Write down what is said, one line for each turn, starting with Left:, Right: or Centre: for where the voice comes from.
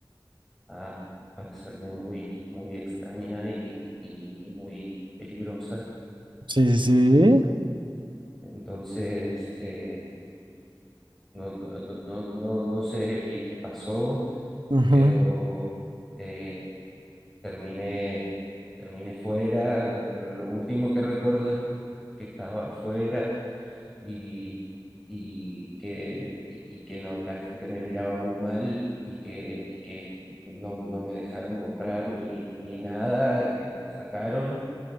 Centre: a, a parecerme muy, muy extraña y, y muy peligrosa.
Right: Sí, sí, sí.
Centre: Entonces, eh, no, no, no, no, no sé bien qué pasó,
Right: ujú,
Centre: pero eh, terminé, terminé fuera. Lo, lo último que recuerdo es que estaba afuera. y, y que, y, y que no, la gente me miraba muy mal y que, y que no, no me dejaron comprar ni, ni nada, que me sacaron.